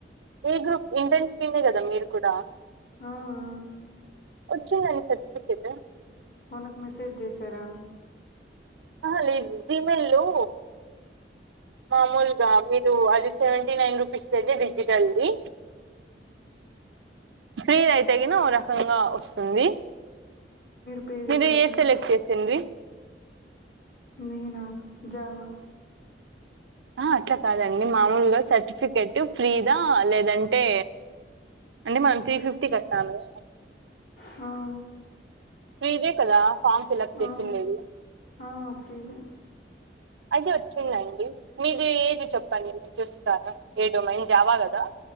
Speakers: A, on the right; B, on the left.
A: ఏ గ్రూప్ ఇంటన్ టీమే కదా మీరు కూడా
B: ఆహ్ అహ్
A: వచ్చిందండి సర్టిఫికేట్
B: వాళ్ళకు మెసేజ్ చేసారా
A: ఆహా లేదు జిమెయిల్లో మామూలుగా మీరు అది సెవెంటీ నైన్ రూపీస్ అయితే డిజిటల్ది ఫ్రీ అయితే కిన ఒకఓ రకంగా వస్తుంది
B: పే
A: మీరు
B: చేశారా
A: ఏ సెలెక్ట్ చేసింది
B: నేనా జవా
A: ఆహ్ అట్లా కాదండి మామూలుగా సర్టిఫికెట్ ఫ్రీదా లేదంటే అంటే మనం త్రీ ఫిఫ్టీ కట్టాలె
B: హఆహ్
A: ఫ్రీదే కదా ఫామ్ ఫిల్ప్ చేసిన్
B: ఆ
A: లేదు
B: ఆ ఫ్రీదే
A: ఐతే వచ్చిందండి మీది ఏది చెప్పండి నేను చూస్తాను ఏ డొమైన్ జావా కదా